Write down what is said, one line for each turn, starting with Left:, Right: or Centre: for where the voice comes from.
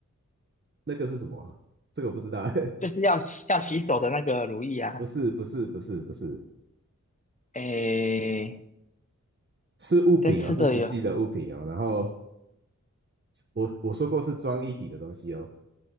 Right: 那个是什么啊这个我不知道，<laughs>
Left: 就是要洗要洗手的那个乳液啊，
Right: 不是不是不是不是，
Left: 诶，
Right: 是物品哦，
Left: 跟吃的有
Right: 是实际的物品哦。然后我我说过是装一体的东西哦，